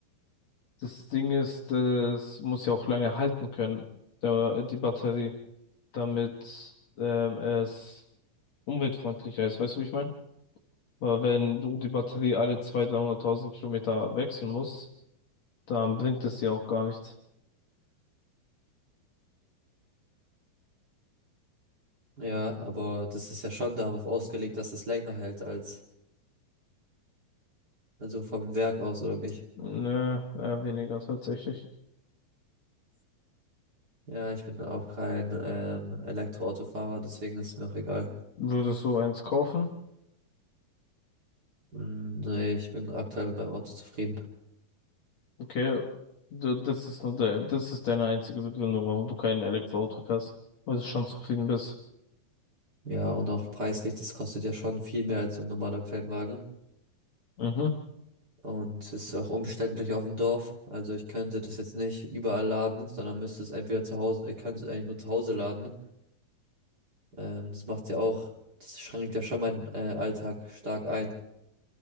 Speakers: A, on the left; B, on the right.
A: Das Ding ist, das muss ja auch lange halten können, der, die Batterie, damit ähm, es umweltfreundlicher ist. Weißt du, wie ich meine? Weil wenn du die Batterie alle 200.000, 300.000 Kilometer wechseln musst, dann bringt es dir auch gar nichts.
B: Ja, aber das ist ja schon darauf ausgelegt, dass es länger hält als, also vom Werk aus oder nicht.
A: Nö, eher weniger tatsächlich.
B: Ja, ich bin auch kein ähm, Elektroautofahrer, deswegen ist es mir auch egal.
A: Würdest du eins kaufen?
B: Mm, nee, ich bin aktuell mit meinem Auto zufrieden.
A: Okay, d- das ist nur der, das ist deine einzige Begründung, warum du kein Elektroauto fährst, weil du schon zufrieden bist.
B: Ja, und auch preislich, das kostet ja schon viel mehr als so ein normaler Kleinwagen.
A: Mhm,
B: Und ist auch umständlich auf dem Dorf. Also ich könnte das jetzt nicht überall laden, sondern müsste es entweder zu Hause, ich kann es eigentlich nur zu Hause laden Ähm, das macht's ja auch, das schränkt ja schon meinen äh, Alltag stark ein.